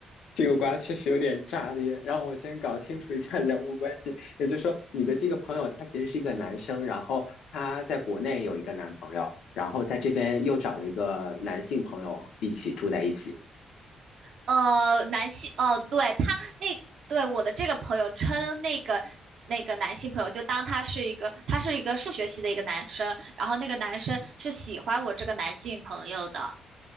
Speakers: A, on the left (about 75°); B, on the right (about 65°).
A: 这个瓜确实有点炸裂，让我先搞清楚一下人物关系。也就是说，你的这个朋友他其实是一个男生，然后他在国内有一个男朋友，然后在这边又找了一个男性朋友一起住在一起。
B: 呃，男性，哦，对，他那，对，我的这个朋友称那个那个男性朋友，就当他是一个，他是一个数学系的一个男生，然后那个男生是喜欢我这个男性朋友的，